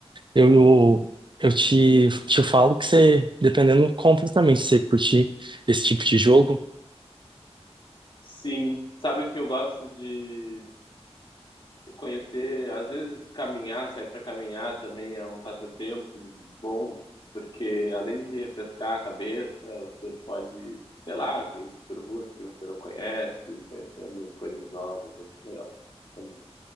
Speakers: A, on the right (about 50°); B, on the left (about 50°).
A: eu, eu, eu te, te falo que você, dependendo, compra também, se você curtir esse tipo de jogo.
B: Sim, sabe o que eu gosto de conhecer? Às vezes caminhar, sair para caminhar também é um passatempo bom, porque além de refrescar a cabeça, você pode, sei lá, ir por ruas que você não conhece, conhecendo coisas novas, acho legal também.